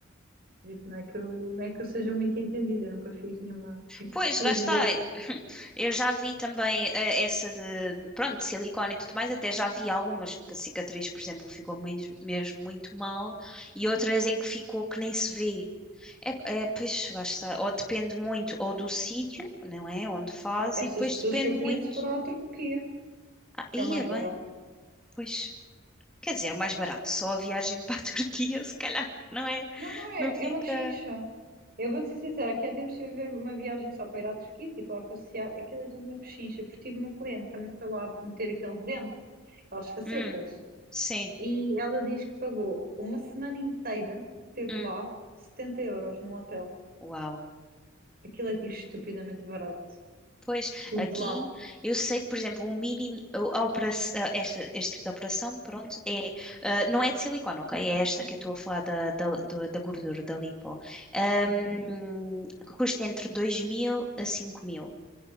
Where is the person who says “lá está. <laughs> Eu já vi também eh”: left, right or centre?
Centre